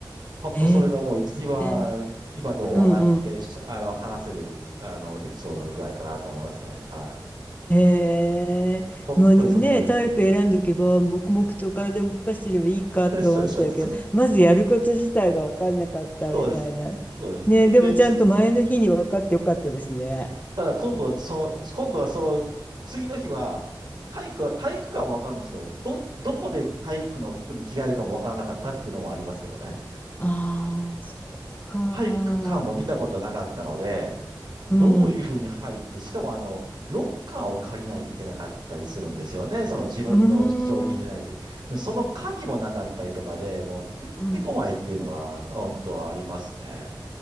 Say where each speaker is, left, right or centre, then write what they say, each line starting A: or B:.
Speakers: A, on the right; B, on the left.
A: 本当それがもう一番、
B: へえ、
A: 今でも笑ってし、
B: うんうん。
A: あの、話せる、あの、エピソードぐらいかなと思いますね。はい。
B: へえ、
A: 本当にそんな感じです。
B: まあでもね、体育選んどけば、
A: うん。
B: 黙々と体動かしてればいいかと思ったけど、
A: <laughs> そうそうそうそう
B: まずやること自体が分かんなかったみたいな。
A: そうです。そうです。
B: ね、でもちゃんと前の日に分かってよかったですね。
A: で、ただ今度、その、今度はその、次の日は、体育は、体育館はわかるんですけど、ど、どこで体育の服に着替えるかもわからなかったっていうのもありますけどね。
B: ああ、そっか。
A: 体育館を見たことなかったので、どういうふうに入って、
B: うん。う
A: しかもあの、ロッカーを借りないといけなかったりするんですよね。その自分の貴重品入れないと。
B: ーん。
A: その鍵もなかったりとかで、もうてんてこまいっていうのが、
B: うん
A: 本当はありますね。